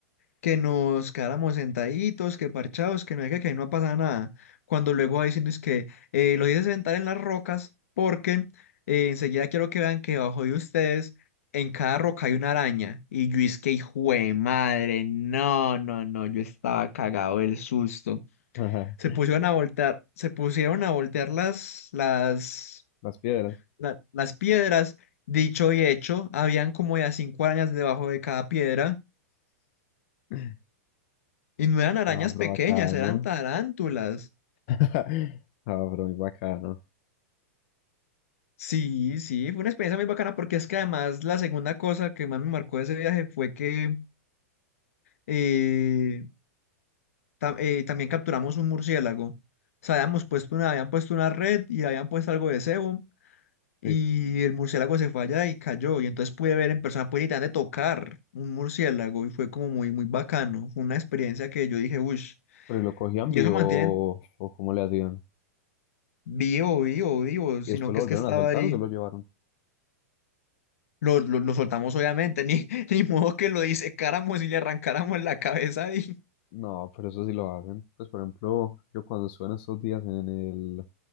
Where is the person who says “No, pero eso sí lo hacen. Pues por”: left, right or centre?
Left